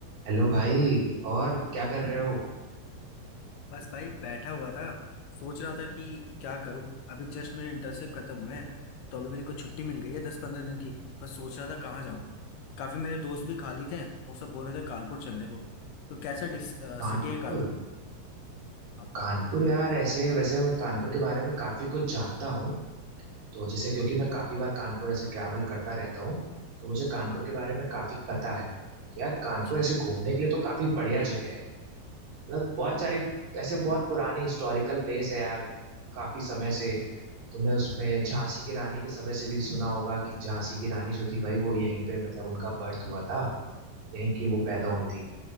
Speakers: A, on the right; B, on the left.
A: Hello भाई और क्या कर रहे हो
B: बस भाई बैठा हुआ था सोच रहा था कि क्या करूं अभी जस्ट मेरे इंटर्नशिप खत्म हुए हैं तो अभी मेरे को छुट्टी मिल गई है दस पंद्रह दिन की बस सोच रहा था कहाँ जाऊं काफी मेरे दोस्त भी खाली थे वो सब बोल रहे थे कानपुर चलने को तो कैसा
A: कानपुर
B: सिटी है कानपुर हाँ
A: कानपुर यार ऐसे वैसे मैं कानपुर के बारे में काफ़ी कुछ जानता हूँ तो जैसे क्योंकि मैं काफ़ी बार कानपुर ऐसे ट्रैवल करता रहता हूँ तो मुझे कानपुर
B: हाँ हाँ,
A: के बारे में काफ़ी पता है कि यार कानपुर
B: अच्छी
A: ऐसे घूमने के लिए तो काफ़ी बढ़िया जगह है मतलब बहुत
B: हाँ
A: सारी ऐसे बहुत पुरानी हिस्टोरिकल प्लेस है यार काफ़ी समय से तुमने उसमें झांसी की रानी के समय से भी सुना होगा कि झांसी की रानी जो थी भाई वो यहीं पे मतलब उनका बर्थ हुआ था यहीं की वो पैदा हुई थी